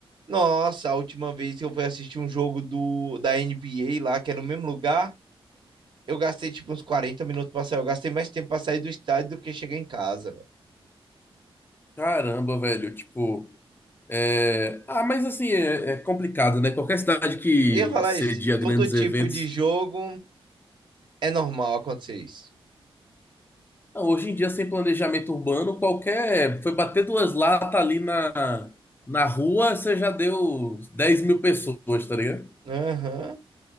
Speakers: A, on the right; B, on the left.
A: Nossa, a última vez que eu fui assistir um jogo do, da NBA lá, que é no mesmo lugar, eu gastei tipo uns 40 minutos pra sair. Eu gastei mais tempo pra sair do estádio do que chegar em casa, velho.
B: Caramba, velho, tipo. é, Ah, mas assim, é, é complicado, né? Qualquer cidade que
A: Eu ia falar
B: cedia
A: isso.
B: grandes
A: Todo tipo
B: eventos.
A: de jogo é normal acontecer isso.
B: Não, hoje em dia, sem planejamento urbano, qualquer. Foi bater duas latas ali na, na rua, você já deu 10 mil pessoas, tá ligado?
A: Aham.